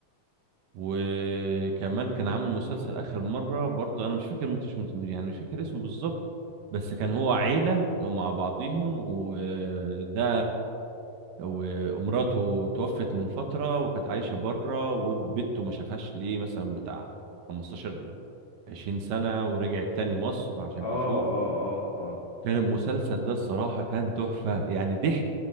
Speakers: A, on the right; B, on the left.
A: وكمان كان عامل مسلسل اخر مرة برضو انا مش فاكر مش مت- يعني مش فاكر اسمه بالظبط بس كان هو عيلة ومع بعضيهم وده ومراته توفت من فترة وكانت عايشة بره وبنته ما شافهاش ليه مثلا بتاع 15 20 سنة ورجعت تاني مصر عشان
B: اه
A: تشوفه
B: اه اه اه
A: كان المسلسل ده الصراحة كان تحفة يعني ضحك